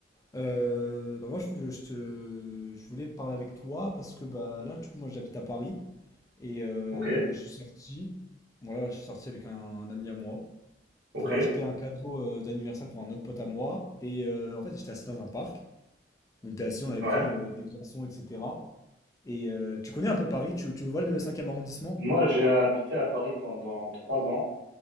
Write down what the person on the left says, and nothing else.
Euh, bah moi, je, je te- je voulais parler avec toi parce que bah là, du coup, moi, j'habite à Paris et euh,
je suis sorti. Voilà, je suis sorti avec un, un ami à moi
pour acheter un cadeau euh, d'anniversaire pour un autre pote à moi. Et euh, en fait, j'étais assis dans un parc. On était assis, on avait
pris euh, des boissons, etc. Et euh, tu connais un peu Paris? Tu, tu vois le cinquième arrondissement?